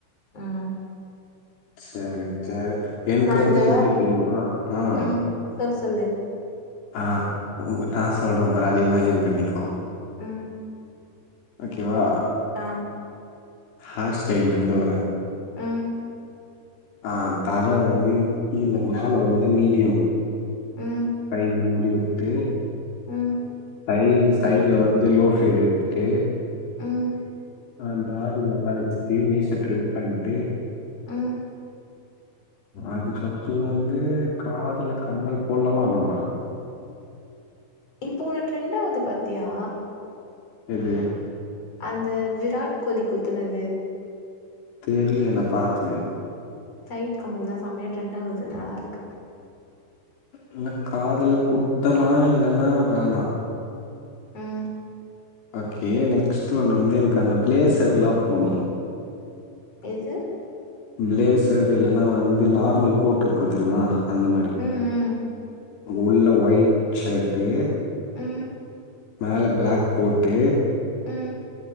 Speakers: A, on the left (about 35°); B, on the left (about 70°).
A: ம்
B: செரி சேரி எனக்கு
A: நா
B: வந்து
A: இந்த
B: எப்டி தெரியுமா அ
A: ம் சொல்லு சொல்லு
B: அ உனக்கு நா சொல்ற பாரு அது இமேஜின் பண்ணிக்கோ
A: ம்
B: ஓகேவா
A: அ
B: ஹார்ஸ்டைல இருந்து வரே
A: ம்
B: அ தல வந்து கீழ மேல வந்து மீடியம்
A: ம்
B: சைட்ல முடி உட்டு
A: ம்
B: சைடு சைட்ல வந்து லோ ஃபீடு எத்துட்டு
A: ம்
B: அந்த தாடி நல்லா வெச்சிட்டு மீச ட்றும் பண்ட்டு
A: ம்
B: அதுக்கப்றோ வந்து க் காதுல கம்மல் போட்லாமா வேணாமா
A: இப்போ ஒன்னு ட்ரெண்ட் ஆவுது பாத்தியா
B: எது
A: அந்த விராட் கோலி குத்துனது
B: தெர்லியே நா பாக்லயே
A: சைட் கம்பல் தா செமையா ட்ரெண்ட் ஆவுது நல்லா இருக்கு
B: இன்ன காதுல குத்தலா இல்லன்னா வேணா
A: ம்
B: ஓகே நெக்ஸ்ட் வன் வந்து எனக்கு அந்த ப்ளேஸ்ர்லா போட்ணு
A: எது
B: ப்ளேசர் இல்லன்னா வந்து நார்மல் கோட் இருக்கு தெரிய்மா அந்த மாரி
A: ம் ம்
B: உள்ள வய்ட் ஷேர்ட்டு
A: ம்
B: மேல ப்ளாக் கோட்டு
A: ம்